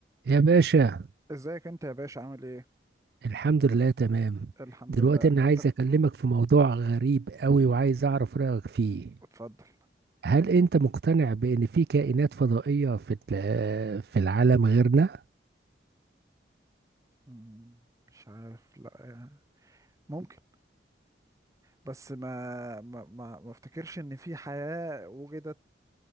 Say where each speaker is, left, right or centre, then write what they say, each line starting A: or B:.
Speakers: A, on the right (about 60°); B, on the right (about 15°).
A: يا باشا
B: ازيك انت يا باشا عامل ايه
A: الحمد لله تمام
B: الحمد
A: دلوقتي
B: لله
A: انا
B: انت
A: عايز اكلمك في موضوع غريب قوي وعايز اعرف رأيك فيه
B: اتفضل
A: هل انت مقتنع بان في كائنات فضائية في ال- في العالم غيرنا
B: مم، مش عارف لا يعني ممكن بس ما ما ما, ما افتكرش ان في حياة وجدت